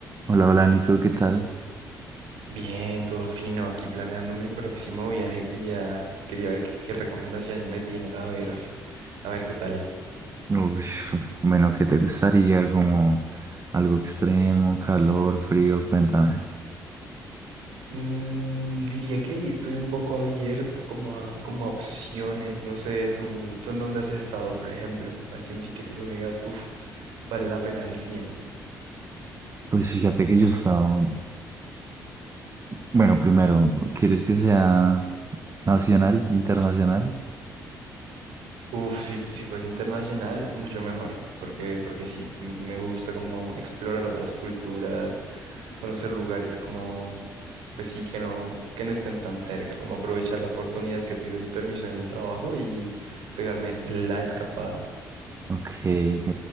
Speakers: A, on the right; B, on the right.
A: Hola, hola Nico, ¿qué tal?
B: Bien, todo fino, aquí planeando mi próximo viaje, quería, quería ver qué, qué recomendaciones me tienes, a ver, a ver qué tal.
A: Uy, bueno, ¿qué te gustaría? Como algo extremo, calor, frío, cuéntame.
B: Mm, diría que estoy un poco abierto como a, como a opciones, no sé, tú, tú en dónde has estado, por ejemplo, así un sitio que tú me digas, uff, vale la pena el 100.
A: Pues fíjate que yo estaba... Bueno, primero, ¿quieres que sea nacional, internacional?
B: Uf, si, si fuese internacional, mucho mejor, porque, porque sí, m- me gusta como explorar otras culturas, conocer lugares como, pues sí, que no, que no estén tan cerca, como aprovechar la oportunidad que pido el permiso en el trabajo y pegarme la escapada.
A: Ok, ok.